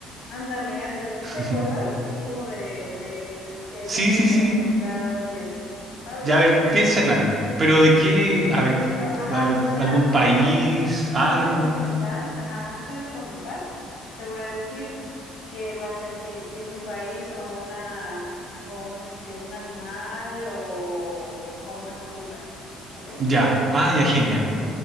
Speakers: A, on the left (about 70°); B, on the right (about 45°).
A: Ándale, ándale,
B: <laughs>
A: ¿sí te acuerdas? Así como de, de que
B: Sí,
A: es de
B: sí, sí.
A: preguntas y así, ¿sabes?
B: Ya, a ver, piensa en algo. Pero de qué, a ver,
A: Yo, ajá,
B: a-
A: o sea,
B: algún país,
A: antes de,
B: algo.
A: antes de comenzar, ajá, antes de comenzar, te voy a decir qué va a ser si, si es un país o una, o un, este, un animal o, o una fruta, ¿ok?
B: Ya, ah, ya, genial.
A: Ok,